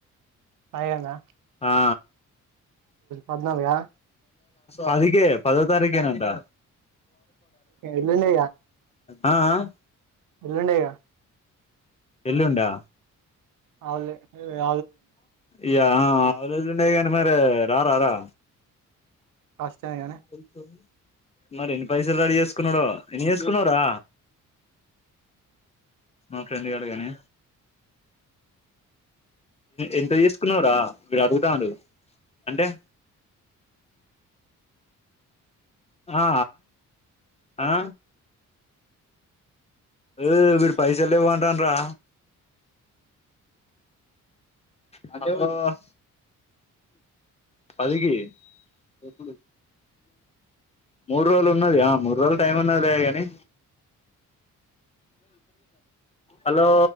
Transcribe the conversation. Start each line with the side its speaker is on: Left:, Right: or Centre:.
Right: సాయిగాడినా
Left: ఆ
Right: పద్నాలుగా
Left: పదికే పదో తారీఖేనంటా
Right: ఎల్లుండే
Left: అ అ
Right: ఎల్లుండె కదా
Left: ఎల్లుండా
Right: అవులే
Left: ఇగ హాలిడేస్ ఉండే కానీ మరి రా రారా
Right: వస్తాయి కని
Left: కొ మరి ఎన్ని పైసలు రడి చేసుకున్నాడో ఎన్ని చేసుకున్నవురా మా ఫ్రెండ్ గాడు గానీ ఎంత చేసుకున్నావురా వీడు అడుగుతాడు అంటే ఆ ఆ ఏ వీడు పైసల్ లేవు అంటాడు రా అ పదికి డు మూడు రోజులు ఉన్నది ఆ మూడు రోజులు టైం ఉన్నదిలే కానీ హలో